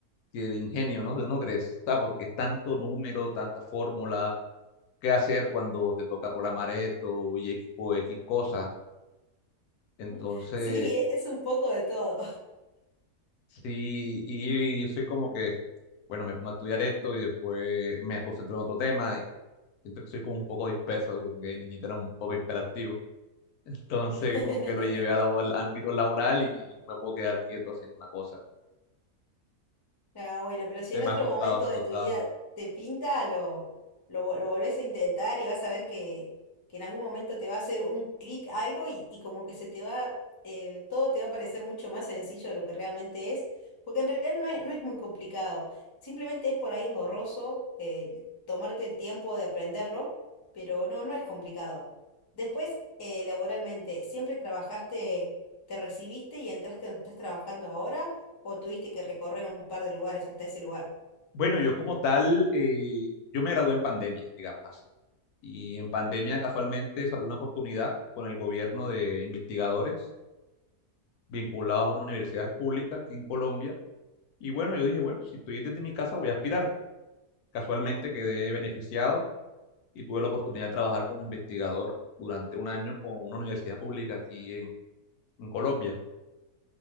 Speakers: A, on the left (about 75°); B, on the left (about 25°).
A: que de ingenio, ¿no? ¿No crees? Ah, Porque es tanto número, tanta fórmula, qué hacer cuando te toca programar esto y X- o X cosa Entonces,
B: <laughs> Sí, es un poco de todo.
A: sí, y yo soy como que, bueno, me pongo a estudiar esto y después me concentro en otro tema y siento que soy como un poco disperso, como que de niñito era un poco imperactivo. <laughs> Entonces,
B: <laughs>
A: como que lo llevé a la- al ámbito laboral y, y no me puedo quedar quieto haciendo una cosa.
B: Ah, bueno, pero si
A: Entonces,
B: en
A: me
B: otro
A: ha costado,
B: momento
A: me ha
B: de
A: costado.
B: tu vida te pinta, lo, lo, vo- lo volvés a intentar y vas a ver que, que en algún momento te va a hacer un clic algo y, y como que se te va, eh, todo te va a parecer mucho más sencillo de lo que realmente es, porque en realidad no es, no es muy complicado, simplemente es por ahí engorroso eh, tomarte el tiempo de aprenderlo, pero no, no es complicado. Después, eh, laboralmente, ¿siempre trabajaste, te recibiste y entraste donde estás trabajando ahora? o tuviste que recorrer un par de lugares hasta ese lugar.
A: Bueno, yo como tal, eh, yo me gradué en pandemia, digamos así. Y en pandemia casualmente se abrió una oportunidad con el gobierno de investigadores vinculados a una universidad pública aquí en Colombia Y bueno, yo dije, bueno, si estoy desde mi casa voy a aspirar. Casualmente quedé beneficiado y tuve la oportunidad de trabajar como investigador durante un año con una universidad pública aquí en, en Colombia.